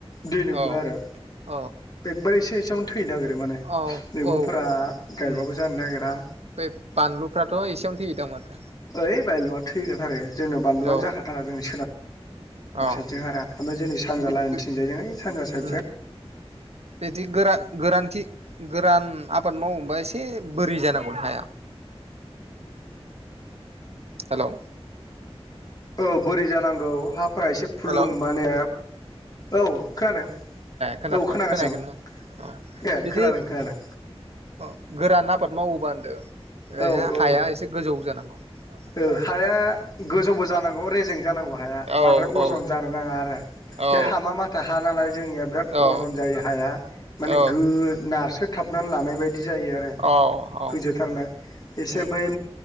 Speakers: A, on the left; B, on the right.
A: दै लोमो
B: औ
A: आरो
B: औ
A: एकबा एसे एसेयावनो फैनो नागिरो माने
B: औ
A: मैगंफोरा
B: औ
A: गायबाबो
B: उम
A: जानो नागिरा।
B: बै बानलुफ्राथ' एसेयावनो थैयोदां माथो
A: ओइ बायल'आ थैगोन आरो जोंनो बानलुआनो
B: औ
A: जाखाथारा जोंनि सोनाब
B: औ
A: ग साइदजों हारा ओमफ्राय जोंनि सानजा
B: बि
A: लाइन
B: बि
A: थिंजायजों ओइ सानजा साइदजों
B: उम बिदि गोरा गोरानथि खि गोरान आबाद मावो? बा एसे बोरै जानांगौ हाया हेलौ
A: औ बोरै जानांगौ हाफ- फोरा एसे फुलुं
B: हेलौ
A: माने औ खोनादों
B: खोनाथवा
A: औ खोनागासिनो
B: खोनायाखैमोन आं औ
A: आं ए
B: बिदि
A: खोनादों
B: औ
A: खोनादों
B: गोरान आबाद मावोबा ओन्दों ओरैनो
A: औ औ
B: हाया एसे गोजौ जानांगौ <unintelligible>
A: ओ हाया गोजौबो जानांगौ रेजें जानांगौ हाया
B: औ
A: बद्राय
B: औ
A: अजन जानो नाङा आरो
B: औ
A: बे हामा माथा हा नालाय जोंनिया बिराद
B: औ
A: अजन जायो हाया माने
B: औ
A: गो नारसो थाबनानै लानाय बायदि बिदि जायो आरो
B: औ
A: गोजो थारनो
B: उम
A: एसे
B: उम
A: बै